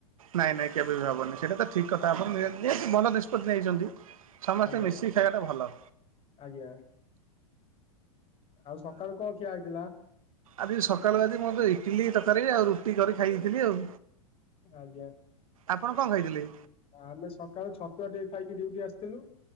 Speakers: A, on the right; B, on the left.
A: ନାଇଁ ନାଇଁ କେବେ ବି ହବନି, ସେଟା ତ ଠିକ କଥା ଆପଣ ନି <unintelligible> ଭଲ ନିଷ୍ପତ୍ତି ନେଇଛନ୍ତି। ସମସ୍ତେ
B: ଆଜ୍ଞା
A: ମିଶିକି ଖାଇବା ଟା ଭଲ।
B: ଆଜ୍ଞା। ଆଉ ସକାଳୁ କଣ ଖିଆ ହେଇଥିଲା?
A: ଆଜି ସକାଳୁ ଆଜି ମୁଁ ତ ଇଟିଲି ତରକାରୀ ଆଉ ରୁଟିି କରି ଖାଇ ଦେଇଥିଲି ଆଉ।
B: ଆଜ୍ଞା।
A: ଆପଣ କଣ ଖାଇଥିଲେ?
B: ଆମେ ସକାଳୁ ଛତୁଆ ଟିକେ ଖାଇକି ଡ୍ୟୁଟି ଆସିଥିଲୁ।